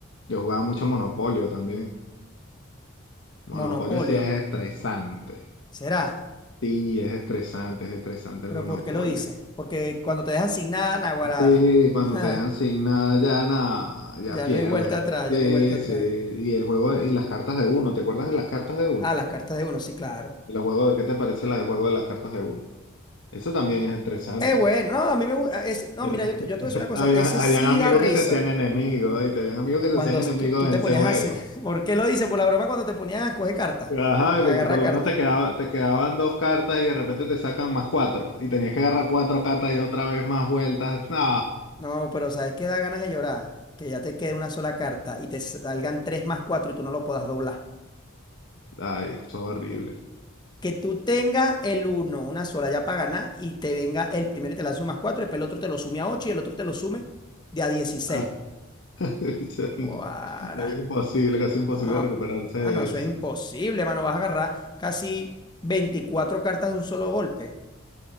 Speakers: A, on the left; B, on the left.
A: Yo jugaba mucho Monopolio también. Monopolio
B: Monopolio.
A: sí es estresante.
B: ¿Será?
A: Sí, es estresante, es estresante
B: ¿Pero
A: el monopolio.
B: por qué lo dices? Porque cuando te dejan sin nada, Naguará.
A: Sí, cuando
B: <laughs>
A: te dejan sin nada, ya nada, ya
B: Ya
A: pierdes.
B: no hay vuelta atrás,
A: Sí,
B: ya no hay vuelta atrás.
A: sí. Y el juego y las cartas de uno, ¿te acuerdas de las cartas de uno?
B: Ah, las cartas de uno, sí, claro.
A: Y los juegos de qué te parece la de juego de las cartas de uno. Eso también es estresante.
B: Eh, bueno, no, a mí me gusta. No,
A: Eh,
B: mira, yo, te- yo te
A: <laughs>
B: voy a decir una cosa.
A: Habían,
B: Ese
A: habían
B: sí
A: amigos
B: da risa.
A: que te hacían enemigos, y te habían amigos que te
B: Cuando
A: hacían enemigos
B: tú, tú te
A: en ese
B: ponías
A: juego.
B: a hacer, <laughs> ¿por qué lo dices? Por la broma cuando te ponías a escoger carta,
A: Ajá,
B: agarra
A: que te- por lo
B: carta.
A: menos te quedaba, te quedaban dos cartas y de repente te sacan más cuatro. Y tenías que agarrar cuatro cartas y otra vez más vueltas. No.
B: No, pero ¿sabes qué da ganas de llorar? Que ya te quede una sola carta y te salgan tres más cuatro y tú no lo puedas doblar.
A: Ay, es todo horrible.
B: Que tú tengas el uno, una sola ya para ganar y te venga el primero y te lance un más cuatro, y después el otro te lo sume a ocho y el otro te lo sume de a dieciséis.
A: Ah, <laughs> Es
B: Guara.
A: imposible, casi imposible
B: No,
A: recuperarse de
B: no, eso
A: eso.
B: es imposible, mano. Vas a agarrar casi 24 cartas de un solo golpe.